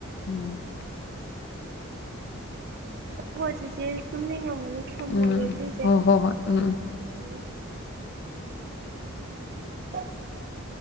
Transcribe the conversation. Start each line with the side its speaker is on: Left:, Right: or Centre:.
Left: ꯎꯝ
Right: ꯍꯣꯏ ꯆꯤꯆꯦ ꯇꯨꯝꯅꯤꯡꯉꯝꯃꯅꯤ ꯊꯝꯃꯒꯦ
Left: ꯎꯝ
Right: ꯑꯗꯨꯗꯤ ꯆꯦ
Left: ꯍꯣ ꯍꯣ ꯍꯣꯏ ꯎꯝ ꯎꯝ
Right: ꯎꯝ <inaudible>